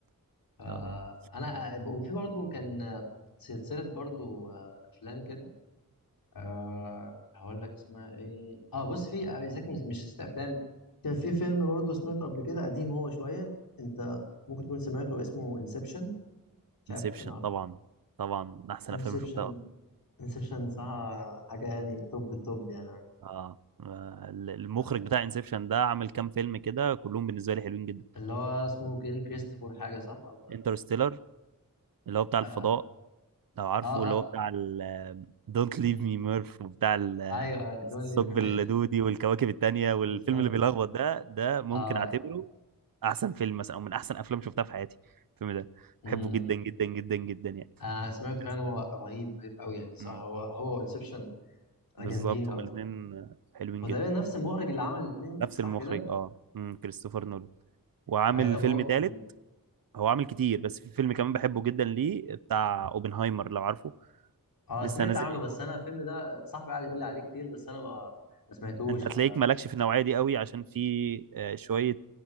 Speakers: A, on the right (about 75°); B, on the left (about 80°).
A: ان
B: فانا
A: شاء الله
B: وفي برضه كان سلسله برضه افلام كده أه هقول لك اسمها ايه اه بص في آه، إذا كان مش ست افلام كان في فيلم برضه سمعته قبل كده قديم هو شويه انت ممكن تكون سمعته اسمه انسبشن مش عارف
A: انسبشن
B: انا عارفه
A: طبعا طبعا من احسن
B: انسبشن
A: افلام شفتها أصلاً.
B: انسبشن صح حاجه يعني توب التوب يعني عندي
A: اه ال- المخرج
B: آه
A: بتاع انسبشن ده عامل كام فيلم كده كلهم بالنسبة لي حلوين جدا
B: اللي هو اسمه كين كريستوفر حاجه صح ولا
A: انترستيلر اللي هو بتاع الفضاء
B: اه
A: لو عارفه
B: اه,
A: اللي
B: آه.
A: هو بتاع ال Don't
B: م-
A: Leave Me Murph وبتاع ال
B: ايوه
A: الثقب
B: دونلي <laughs> في بالك
A: اللدودي والكواكب التانية والفيلم
B: بالظبط
A: اللي بيلخبط ده ده ممكن
B: اه
A: اعتبره احسن فيلم مثلا او من احسن افلام شفتها في حياتي الفيلم ده
B: م-
A: بحبه جدا
B: م.
A: جدا جدا جدا يعني
B: آه سمعته
A: كريستوفر
B: فعلا هو
A: ده.
B: رهيب رهيب قوي يعني صح
A: امم
B: هو هو وانسبشن
A: بالظبط
B: جامدين قوي
A: هما الاثنين حلوين
B: هو تقريبا
A: جدا
B: نفس المخرج اللي عمل الاثنين
A: نفس
B: صح
A: المخرج
B: كده؟
A: اه امم كريستوفر نولان وعامل
B: اي طب
A: فيلم
B: هو
A: تالت
B: مم.
A: هو عامل كتير بس في فيلم كمان بحبه جدا ليه بتاع اوبنهايمر لو عارفه
B: اه
A: لسه
B: سمعت
A: نازل
B: عنه بس انا الفيلم ده صاحبي قاعد يقول لي عليه كتير بس انا ما, ما سمعتوش
A: انت
B: ف
A: هتلاقيك مالكش في النوعيه دي قوي عشان في آه، شويه